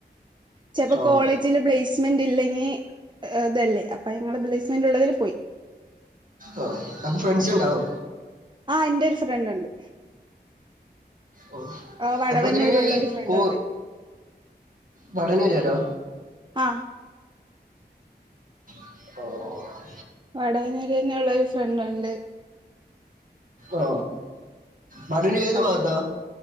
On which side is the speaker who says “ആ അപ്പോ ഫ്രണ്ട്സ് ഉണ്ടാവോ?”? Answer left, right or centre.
Right